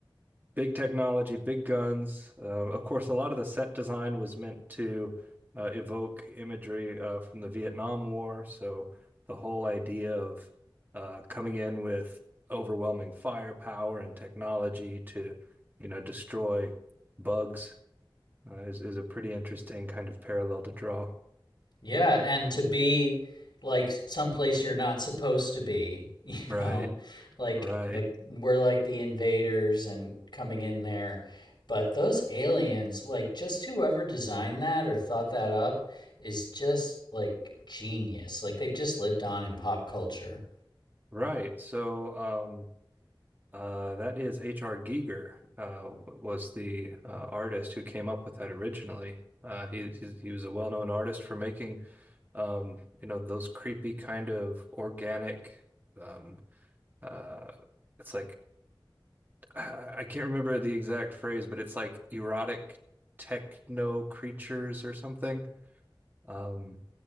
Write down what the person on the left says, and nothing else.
Yeah, and to be like someplace you're not supposed to be, <laughs> you
know, like
the we're like the invaders and coming in there. But those aliens, like just whoever designed that or thought that up is just like genius. Like they've just lived on in pop culture.